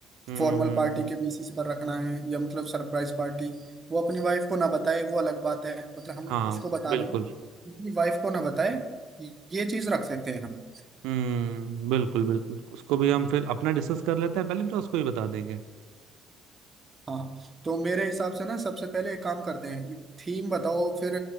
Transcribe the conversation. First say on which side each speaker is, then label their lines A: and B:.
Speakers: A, on the right; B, on the right.
A: हम्म
B: फॉर्मल
A: हम्म,
B: पार्टी
A: हम्म,
B: के बेसिस पर रखना है या मतलब सरप्राइज पार्टी वो अपनी वाइफ को ना बताए वो अलग बात है मतलब हम
A: हाँ
B: उसको बता
A: बिल्कुल
B: देंगे अपनी वाइफ को ना बताए ये चीज रख सकते हैं हम
A: हम्म बिल्कुल बिल्कुल उसको भी हम फिर अपना डिस्कस कर लेते हैं पहले फिर उसको ही बता देंगे
B: हाँ तो मेरे हिसाब से ना सबसे पहले एक काम करते हैं थीम बताओ फिर